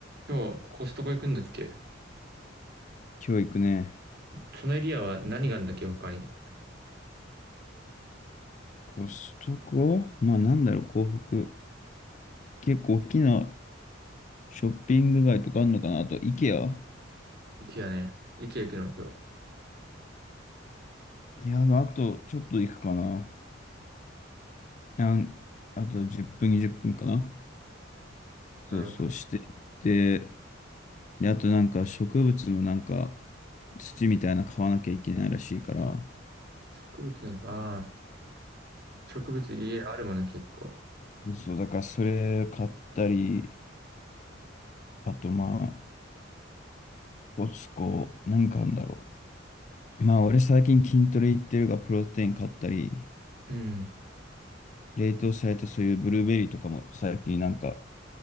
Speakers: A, on the right; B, on the left.
A: 今日、コストコ行くんだっけ
B: 今日行くね。
A: そのエリアは何があるんだっけ他に。
B: コストコまあなんだろう、港北。結構大きなショッピング街とかあるのかなあと、イケア
A: 池やね。池行くの今日。
B: いや、あとちょっと行くかな。なんあと10分、20分かな。
A: なるほど。
B: そうそう、していって、で、あとなんか植物のなんか土みたいな買わなきゃいけないらしいから、
A: 植物の、ああ、植物家あるもんね、結構。
B: いそう、だからそれ買ったり、あとまあ、コスコ、何買うんだろう。まあ俺最近筋トレ行ってるが、プロテイン買ったり、
A: うん。
B: 冷凍されたそういうブルーベリーとかも最近なんか、